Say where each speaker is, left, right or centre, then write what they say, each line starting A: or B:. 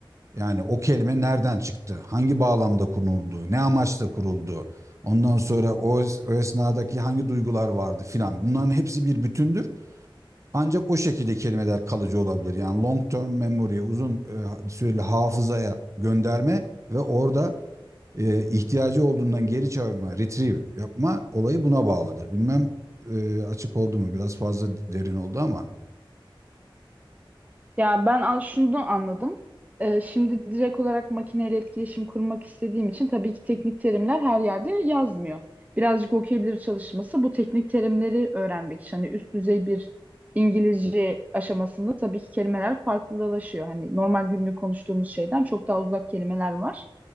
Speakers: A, on the right; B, on the right.
A: Yani o kelime nereden çıktı? Hangi bağlamda kuruldu? Ne amaçla kuruldu? Ondan sonra o, o esnadaki hangi duygular vardı filan. Bunların hepsi bir bütündür. Ancak o şekilde kelimeler kalıcı olabilir. Yani long term memory, uzun e, süreli hafızaya gönderme ve orada e, ihtiyacı olduğundan geri çağırma, retrieve yapma olayı buna bağlıdır. Bilmem e, açık oldu mu? Biraz fazla derin oldu ama.
B: Ya ben an şunu anladım. Ee, şimdi direkt olarak makineyle etkileşim kurmak istediğim için tabii ki teknik terimler her yerde yazmıyor. Birazcık okuyabilir çalışması bu teknik terimleri öğrenmek için. Hani üst düzey bir İngilizce aşamasında tabii ki kelimeler farklılaşıyor. Hani normal günlük konuştuğumuz şeyden çok daha uzak kelimeler var.